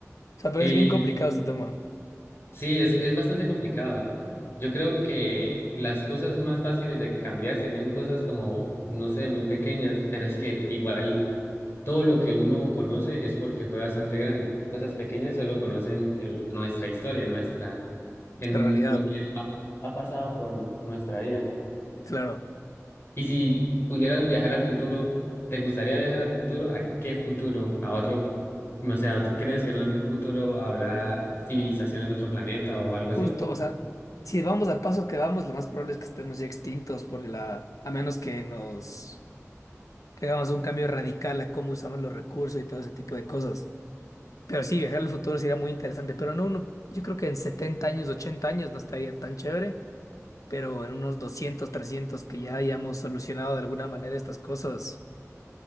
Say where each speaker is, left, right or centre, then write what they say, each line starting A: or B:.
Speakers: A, on the left; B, on the left.
A: O sea, pero
B: y
A: es bien complicado este tema,
B: Sí, es, es bastante complicado. Yo creo que las cosas más fáciles de cambiar serían cosas como, no sé, muy pequeñas, pero es que igual todo lo que uno conoce es porque fue bastante grande. Cosas pequeñas solo conocen en nuestra historia, en nuestra, en
A: esta realidad.
B: lo que ha, ha pasado por nuestra vida.
A: Claro.
B: Y si pudieras viajar al futuro, ¿te gustaría viajar al futuro? ¿A qué futuro? ¿A otro, no sé, a otro- crees que en un futuro habrá civilización en otro planeta o algo así?
A: Justo, o sea, si vamos al paso que vamos, lo más probable es que estemos ya extintos por la... A menos que nos... que hagamos un cambio radical a cómo usamos los recursos y todo ese tipo de cosas. Pero sí, viajar al futuro sería muy interesante, pero no, no, yo creo que en 70 años, 80 años no estaría tan chévere. pero en unos doscientos trescientos que ya hayamos solucionado de alguna manera estas cosas,